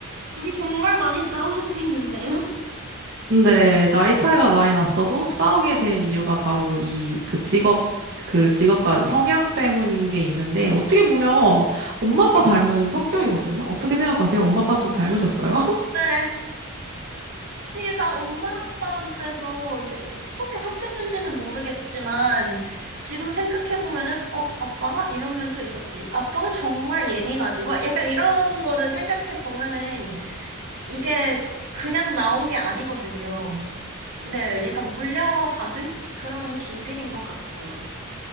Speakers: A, on the right; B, on the right.
A: 둘이 정말 많이 싸우셨겠는데요?
B: 근데 나이 차이가 많이 났어도 싸우게 된 이유가 바로 이 그 직업 그 직업과 성향 때문인 게 있는데 어떻게 보면 엄마 아빠 닮은 성격이거든요. 어떻게 생각하세요? 엄마 아빠 좀 닮으셨어요? <laughs>
A: 네. 이게 다 엄마 아빠한테서 이게 어떻게 섞였는지는 모르겠지만 지금 생각해 보면은 어 아빠가 이런 면도 있었지 아빠가 정말 예민하지 막 약간 이런 거를 생각해 보면은 이게 그냥 나온 게 아니거든요. 네, 약간 물려받은 그런 기질인 것 같아요.